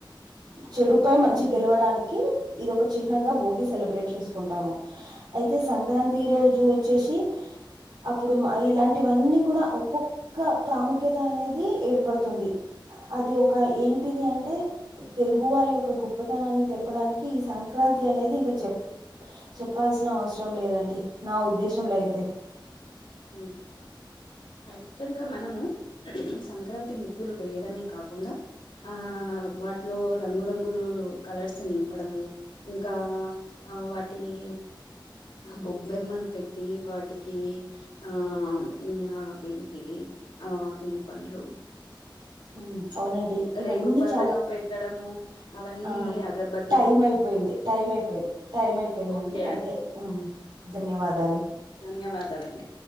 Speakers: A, on the right (about 70°); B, on the left (about 85°).
A: చెడు పై మంచి గెలవడానికి ఇది ఒక చిహ్నంగా భోగి సెలబ్రేట్ చేసుకుంటాము అయితే సంక్రాంతి రోజు అచ్చేసి అప్పుడు మా ఇలాంటివ అన్నీ కూడా ఒక్కొక్ క్క ప్రాముఖ్యత అనేది ఏర్పడుతుంది అది ఒక ఏంటిది అంటే తెలుగు వాళ్లు ఒక గొప్పతనాన్ని తెలపడానికి ఈ సంక్రాంతి అనేది ఇంక చెప్ చెప్పాల్సిన అవసరం లేద అండి నా ఉద్దేశంలో అయితే
B: మ్ ఆ యత్తంగా మనము సంక్రాంతి ముగ్గులు వేయడమే కాకుండా ఆ వాటిలో రంగురంగులు కలర్స్ నింపడము ఇంకా ఆ వాటిని బొబ్బెమ్మలు పెట్టి వాటికి ఆ మ్ అవెన్టికి ఆ ఏం పన్లు
A: ఉమ్, అవునండి ఇవన్నీ
B: రేగుపళ్ళలను
A: చాలా
B: పెట్టడము అవ అన్నీ
A: ఆ
B: అగర్బతి
A: టైం అయిపోయింది టైం అయిపోయింది టైం అయిపోయింద
B: ఓకే
A: అండి అదే ధన్యవాదాలు
B: ధన్యవాదాలు అండి